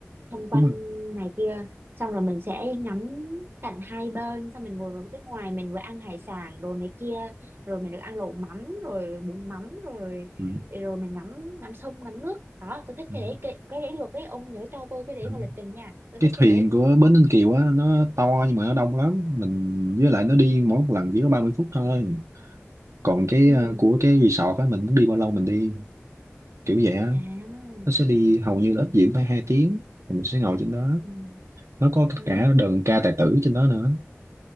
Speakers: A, on the right (about 45°); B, on the right (about 75°).
A: Xung quanh
B: đúng rồi
A: này kia Xong rồi mình sẽ ngắm cảnh hai bên Xong mình ngồi vào cái ngoài mình vừa ăn hải sản đồ này kia Rồi mình được ăn lẩu mắm rồi bún mắm rồi
B: ừ.
A: Rồi mình ngắm ngắm sông ngắm nước Đó tôi thích
B: Ừ.
A: cái đấy cái, cái đấy được cái ông nhớ cho tôi cái đấy
B: Ừ.
A: vào lịch trình nha Tôi
B: cái
A: thích
B: thuyền
A: cái đấy
B: của bến Ninh Kiều á nó to nhưng mà nó đông lắm mình với lại nó đi mỗi một lần chỉ có 30 phút thôi còn cái
A: Ừ
B: ờ, của cái resort á mình muốn đi bao lâu mình đi kiểu vậy á
A: à, à.
B: nó sẽ đi hầu như là ít diễn phải hai tiếng thì mình sẽ ngồi trên đó
A: Ừ.
B: nó có
A: Ừ.
B: cả đờn ca tài tử trên đó nữa